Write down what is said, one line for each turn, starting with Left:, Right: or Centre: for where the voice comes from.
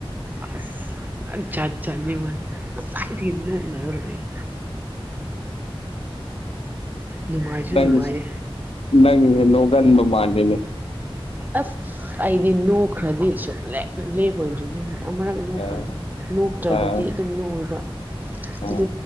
Right: ꯑꯁ ꯄꯨꯔ ꯖꯥꯠ ꯖꯥꯠꯅꯤ ꯃꯥꯏ ꯉꯁꯥꯏꯗꯩ ꯅ‌ꯣꯛꯅꯔꯒ ꯂꯩ ꯅꯨꯡꯉꯥꯏꯁꯨ
Left: ꯅꯪ
Right: ꯅꯨꯡꯉꯥꯏꯌꯦ
Left: ꯅꯪꯁꯦ ꯅꯣꯛꯒꯟꯕ ꯃꯥꯜꯂꯤꯅꯦ
Right: ꯑꯁ ꯑꯩꯗꯤ ꯅꯣꯛꯈ꯭ꯔꯗꯤ ꯁꯨꯝ ꯂꯦꯞ ꯂꯦꯞꯄꫭꯏꯗꯔꯤꯅꯤ ꯑꯃꯨꯔꯛ ꯅꯣꯛꯈ꯭ꯔꯗꯤ
Left: ꯑꯥ
Right: ꯅꯣꯛꯇ꯭ꯔꯕꯨꯗꯤ
Left: ꯑꯥ
Right: ꯑꯗꯨꯝ ꯅꯣꯛꯑꫭꯏꯕ
Left: ꯑꯥ
Right: ꯑꯗꯨ